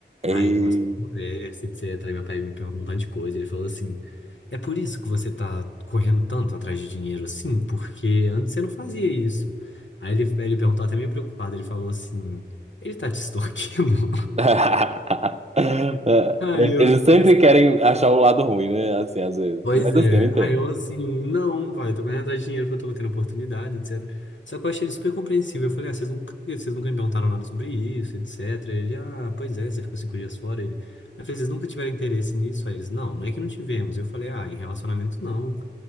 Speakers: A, on the left; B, on the right.
A: Aí
B: Eita!
A: começou a conversa, etc. Aí meu pai me perguntou um tanto de coisa. Ele falou assim: É por isso que você tá correndo tanto atrás de dinheiro assim? Porque antes você não fazia isso. Aí ele, ele perguntou até meio preocupado. Ele falou assim: Ele tá te extorquindo? <laughs>
B: <laughs>
A: Aí eu
B: Eles
A: fiquei
B: sempre querem achar o lado ruim, né? Assim, às vezes.
A: Pois
B: Mas assim,
A: é,
B: eu entendo.
A: aí eu assim, não, vai, eu tô correndo atrás de dinheiro porque eu tô tendo oportunidade, etc. Só que eu achei ele super compreensível. Eu falei, ah, vocês nunca, vocês nunca me perguntaram nada sobre isso, etc. Ele, ah, pois é, você ficou cinco dias fora. Ele, eu falei, vocês nunca tiveram interesse nisso? Aí eles, não, não é que não tivemos. Eu falei, ah, em relacionamento não.